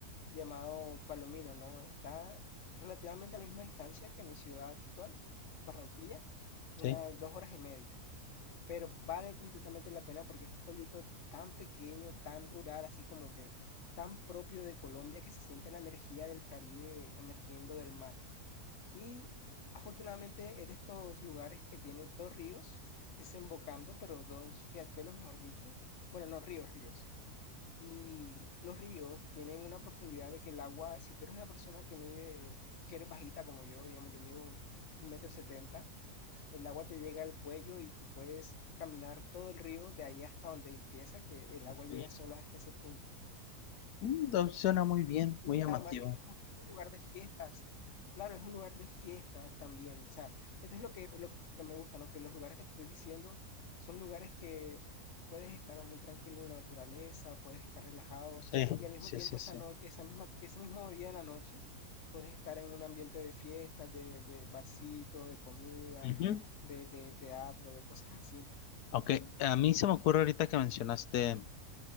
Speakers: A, on the left; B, on the left.
A: llamado Palomino, ¿no? Está relativamente a la misma distancia que mi ciudad actual, Barranquilla, unas
B: sí,
A: dos horas y media. Pero vale completamente la pena porque es un pueblito tan pequeño, tan rural, así como que tan propio de Colombia que se siente la energía del Caribe emergiendo del mar. Y afortunadamente es de estos lugares que tiene dos ríos desembocando, pero dos riachuelos, mejor dicho. Bueno, no ríos, ríos. Y los ríos tienen una profundidad de que el agua, si tú eres una persona que mide, que eres bajita como yo, digamos, yo mido un, un metro setenta, el agua te llega al cuello y te puedes caminar todo el río de ahí hasta donde empieza, que el
B: ok.
A: agua llega solo hasta ese punto.
B: Mm, no, suena muy bien,
A: Y
B: muy llamativo.
A: además de que es un, es un lugar de fiestas. Claro, es un lugar de fiestas también. O sea, esto es lo que, lo que me gusta, ¿no? Que los lugares que te estoy diciendo son lugares que tú puedes estar muy tranquilo en la naturaleza, puedes estar relajado
B: Sí,
A: y al mismo
B: sí,
A: tiempo
B: sí,
A: esa
B: sí.
A: noche, esa misma, ese mismo día en la noche, puedes estar en un ambiente de fiestas, de, de barcito, de comida,
B: Ujú.
A: de, de teatro, de cosas así.
B: Ok, a mí se me ocurre ahorita que mencionaste